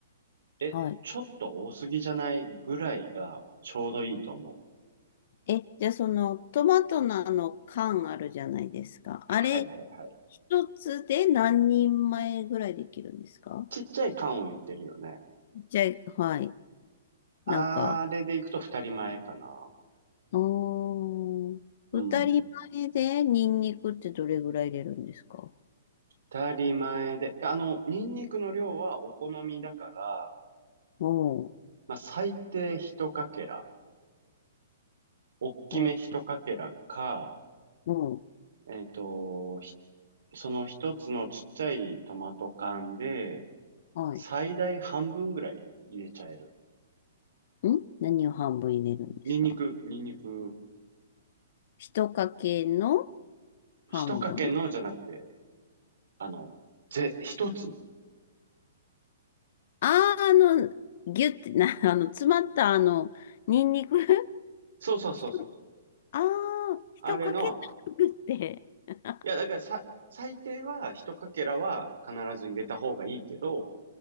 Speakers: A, on the right; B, on the left.
A: え、
B: かはい。
A: ちょっと多すぎじゃないぐらいがちょうどいいと思う。
B: え、じゃあそのトマトのあの缶あるじゃないですか。あれ、
A: はいはいはい。
B: 一つで何人前ぐらいできるんですか
A: ちっちゃい缶を言ってるよね。
B: じゃあ、はい。
A: あれでいくと二人前かな。
B: なんか、あー二人前でニンニクってどれぐらい入れるんですか
A: うん。当たり前で。あの、ニンニクの量はお好みだから、
B: おー
A: まあ、最低一かけら、大きめ一かけらか、
B: おー、おー、
A: えっと、ひその一つのちっちゃいトマト缶で、
B: はい。
A: 最大半分ぐらい入れちゃえる。
B: ん何を半分入れるんですか
A: ニンニク、ニンニク、
B: 一かけの
A: 一かけのじゃなくて、
B: 半分
A: あの、ぜ、一つの。
B: あー、あの、ギュってな、<laughs> あの、詰まったあの、ニンニク <laughs>
A: そうそうそうそう。
B: 一あー、一かけじゃなくて。
A: あれの、
B: <laughs>
A: いや、だからさ、最低は一かけらは必ず入れた方がいいけど、